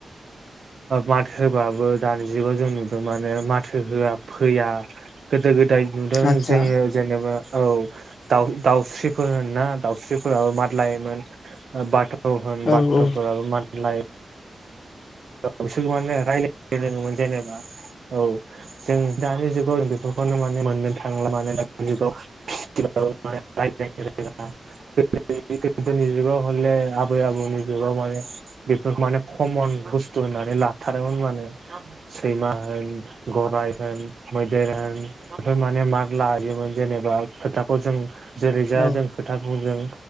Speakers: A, on the right; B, on the left.
A: माथो होबाबो दानिजुगाव जों नुदों माने माथो होआ फैया गोदो गोदाय नुदों
B: आतसा
A: जोङो जेनेबा औ दाउ दाउस्रिफोर होन ना दाउस्रिफोराबो मादलायोमोन बाथ' होन
B: औ
A: बाथ्र'फोराबो
B: औ
A: मानलायो औ बिसोरखौ माने रायलाय रोंङोमोन जेनेबा औ जों दानि जुगाव जों बेफोरखौनो माने मोननो थांला माने दानि जुगाव <unintelligible> गोदोनि जुगाव हले आबै आबौनि जुगाव माने बे माने खमन बुं बुसथुनानै लाथारोमोन माने सैमा होन गराय होन मैदेर होन बेफोर माने मा लाजोमोन जेनेबा खोथाखौ जों जेरै जा
B: औ
A: जों खोथाखौ जों